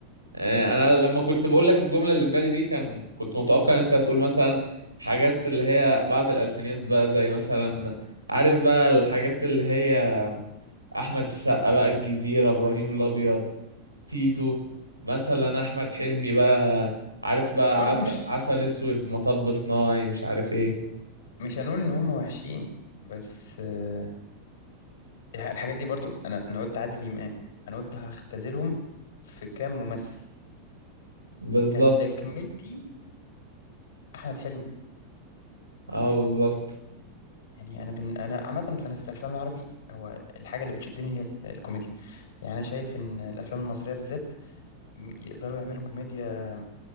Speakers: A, on the right (about 85°); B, on the left (about 60°).
A: يعني انا لما كنت بقول لك الجملة اللي في بالي دي كان كنت متوقع ان انت هتقول مثلا حاجات اللي هي بعد الالفينات بقى زي مثلا عارف بقى الحاجات اللي هي احمد السقا بقى الجزيرة ابراهيم الابيض تيتو مثلا احمد حلمي بقى عارف بقى
B: برضه
A: عسل
B: مش
A: عسل اسود مطب صناعي مش عارف ايه
B: مش هنقول إن هم وحشين بس آه، الح- الحاجات دي برضو انا انا قلت عادل امام انا قلت هختزلهم في كام ممثل
A: بالظبط
B: كان تكملتي احمد حلمي
A: اه بالظبط
B: يعني انا بن... انا عامه فانا في الافلام العربي هو الحاجه اللي بتشدني هي ال- الكوميديا يعني انا شايف ان الافلام المصريه بالذات م- يقدروا يعملوا كوميديا